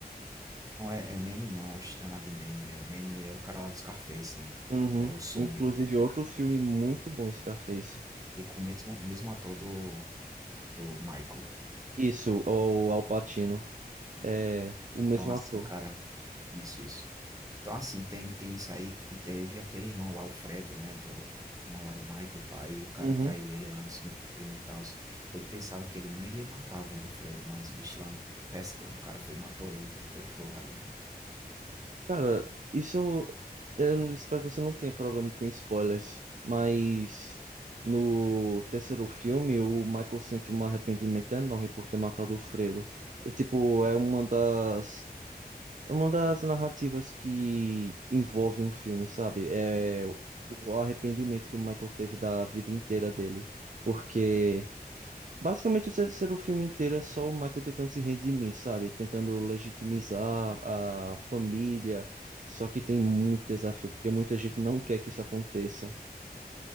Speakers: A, on the right; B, on the right.
A: Não é, é Manny não, oxe, danado de Manny, é, Manny é o cara lá do Scarface, né?
B: Uhum.
A: É o Sonny
B: Inclusive, outro filme muito bom, Scarface.
A: E com o mesmo o mesmo ator do do Michael, né.
B: Isso, o Al Pacino. É o
A: Então
B: mesmo
A: assim,
B: ator.
A: cara isso, isso. Então assim, tem tem isso aí e teve aquele irmão lá, o Fredo, né, do o irmão lá do Michael e pai e o cara
B: Uhum.
A: traiu ele lá no segundo filme e tal Eu pensava que ele não iria matar, velho, o Fredo, mas o bicho lá pescando, o cara foi e matou ele, velho, foi fogo ali, viu.
B: Cara, isso eu não- espero que você não tenha problema com spoilers, mas no terceiro filme o Michael sente um arrependimento enorme por ter matado o Fredo. É tipo, é uma das uma das narrativas que envolve um filme, sabe? É o o arrependimento que o Michael teve da vida inteira dele. Porque basicamente o terceiro filme inteiro é só o Michael tentando se redimir, sabe? Tentando legitimizar a família. Só que tem muito desafio, porque muita gente não quer que isso aconteça.